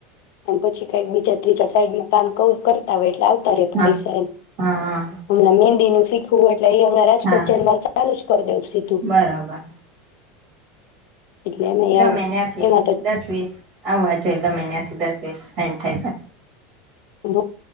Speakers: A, on the left; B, on the right.
A: મ પછી કઈક બીજા ત્રીજા સાઈડમાં કામ <unintelligible> કરતા વટ
B: હા
A: <unintelligible> પૈસા એ
B: હા
A: હમણાં મંદી ન <unintelligible> શીખું એ એટલે અહી હમણાં રાજકોટ
B: હા
A: જનલ ચાલુ જ કરી દઉવ સીધું <unintelligible>
B: બરોબર
A: એટલે એમાં
B: ગમે
A: આવે
B: નથીથી
A: એમાં તો
B: દસ વીસ આવવાજ <unintelligible> ગ મહિના થી દસ વીસ સાન થાય ત <unintelligible>
A: હ